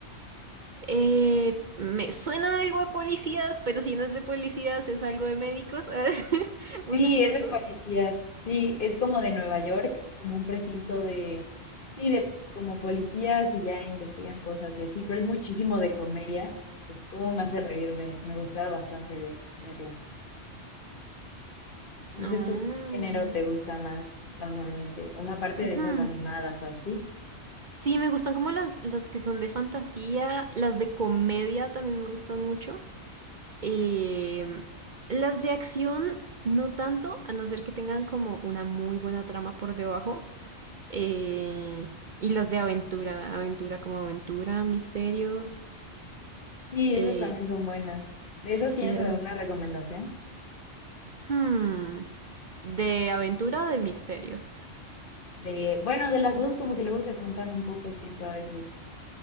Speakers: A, on the right; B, on the left.
A: Eh, me suena algo de policías, pero si no es de policías, es algo de médicos. <laughs> Una
B: Sí,
A: de las
B: es de
A: dos.
B: policías. Sí, es como de Nueva York, como un precinto de, sí, de como policías y ya investigan cosas y así, pero es muchísimo de comedia. Uf, cómo me hace reírme. Me gustaba bastante ve- verla. No
A: No.
B: sé tú qué género te gusta más normalmente. O sea, aparte
A: Ujú.
B: de esas animadas o así.
A: Sí, me gustan como las, las que son de fantasía, las de comedia también me gustan mucho. Eh, las de acción, no tanto, a no ser que tengan como una muy buena trama por debajo. Eh, y las de aventura, aventura como aventura, misterio.
B: Sí,
A: Eh,
B: esas también son buenas. ¿De esas
A: sí,
B: tienes alguna recomendación?
A: Hmm, ¿De aventura o de misterio?
B: De, bueno, de las dos como que luego se juntan un poco, siento a veces.